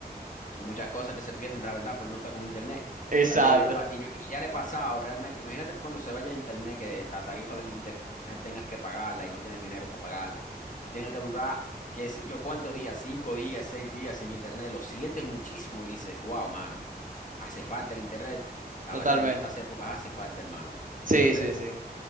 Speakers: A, on the left (about 50°); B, on the right (about 50°).
A: Son muchas cosas que se pierden, la verdad, por no estar con internet.
B: <laughs> Exacto,
A: La verdad, y yo, lo pa- y yo- y ya le he pasado realmente. Imagínate que cuando se vaya el internet, que la tarifa del internet tengas que pagarla y no tienes dinero para pagarla. Y tenga que durar, qué sé yo, cuántos días, cinco días, seis días sin internet. Lo sientes muchísimo y dices, wow, mano, hace falta el internet. La
B: totalmente.
A: verdad, en estas épocas hace falta, hermano. En
B: Sí,
A: estas
B: sí,
A: épocas
B: sí.